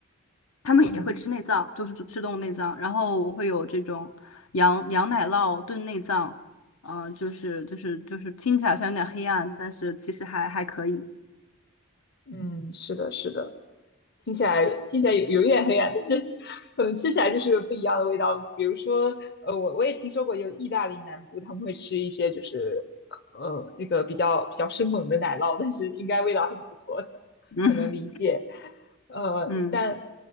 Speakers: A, on the left; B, on the left.
A: 他们也会吃内脏，
B: 嗯
A: 就是吃动物内脏，然后我会有这种羊羊奶酪炖内脏，呃，就是就是就是听起来好像有点黑暗，但是其实还还可以，
B: 嗯，是的，是的。听起来听起来有有一点黑暗，但是可能吃起来就是不一样的味道。比如说，呃，我我也听说过有意大利南部他们会吃一些就是呃那个比较比较生猛的奶酪，但是应该味道还是不错的，
A: 嗯
B: 可能理解。呃，
A: <laughs> 嗯
B: 但